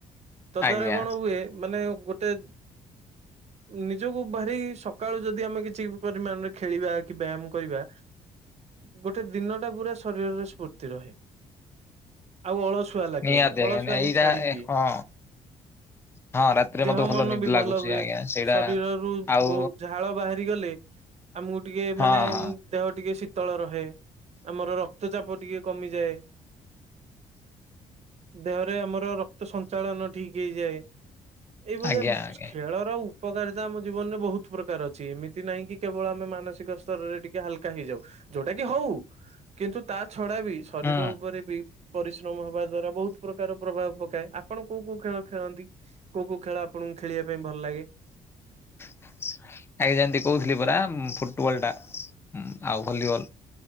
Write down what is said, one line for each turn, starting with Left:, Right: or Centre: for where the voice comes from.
Right: ତ ଦ୍ଵାରା
Left: ଆଜ୍ଞା
Right: କଣ ହୁଏ ମାନେ ଗୋଟେ ନିଜକୁ ଭାରି ସକାଳୁ ଯଦି ଆମେ କିଛି ପରିମାଣରେ ଖେଳିବା କି ବ୍ୟାୟାମ କରିବା? ଗୋଟେ ଦିନ ଟା ପୁରା ଶରୀରରେ ସ୍ଫୁର୍ତ୍ତି ରହେ ଆଉ ଅଳସୁ ଅଳସୁଆ ଲାଗେନି
Left: ନିହାତି
Right: ଅଳସୁଆମି
Left: ଆଜ୍ଞା ଏଇଟା
Right: ଛାଡି
Left: ଏ
Right: ଦିଏ।
Left: ହଁ ହଁ ରାତିରେ
Right: ଦେହ
Left: ମତେ
Right: ମନ
Left: ନିଦ
Right: ବି
Left: ଲାଗୁଛି
Right: ଭଲ ହୁଏ
Left: ଆଜ୍ଞା ସେଇଟା
Right: ଶରୀରରୁ
Left: ଆଉ
Right: ବହୁତ ଯା ଝାଳ ବାହାରି ଗଲେ ଆମକୁ ଟିକେ
Left: ହଁ
Right: ମାନେ
Left: ହଁ
Right: ଦେହ ଟିକେ ଶୀତଳ ରହେ ଆମର ରକ୍ତ ଚାପ ଟିକେ କମିଯାଏ। ଦେହରେ ଆମର ରକ୍ତ ସଞ୍ଚାଳନ ଠିକ ହେଇଯାଏ। ଏଇଭଳିଆ
Left: ଆଜ୍ଞା ଆଜ୍ଞା
Right: ଖେଳର ଉପକାରିତା ଆମେ ଜୀବନରେ ବହୁତ ପ୍ରକାର ଅଛି ଏମିତି ନାହିଁ କି କେବଳ ଆମେ ମାନସିକ ସ୍ତରରେ ଟିକେ ହାଲକା ହେଇଯାଉ। ଯୋଉଟା କି ହଉ। କିନ୍ତୁ ତା ଛଡା ବି ଶରୀର
Left: ହୁଁ
Right: ଉପରେ ବି ପରିଶ୍ରମ ହବା ଦ୍ଵାରା ବହୁତ ପ୍ରକାର ପ୍ରଭାବ ପକାଏ। ଆପଣ କୋଉ କୋଉ ଖେଳ ଖେଳନ୍ତି? କୋଉ କୋଉ ଖେଳ ଆପଣଙ୍କୁ ଖେଳିବା ପାଇଁ ଭଲ ଲାଗେ?
Left: <inaudible> ଏ ଯେମତି କହୁଥିଲି ପରା ଫୁଟବଲ ଟା ଆଉ ଭଲିବଲ।